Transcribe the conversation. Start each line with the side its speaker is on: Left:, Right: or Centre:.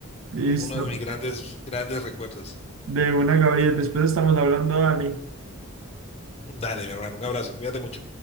Right: listo.
Left: Fue uno de mis grandes, grandes recuerdos.
Right: De una, Gabriel. Después estamos hablando, Dani.
Left: <laughs> Dale, mi hermano. Un abrazo. Cuídate mucho.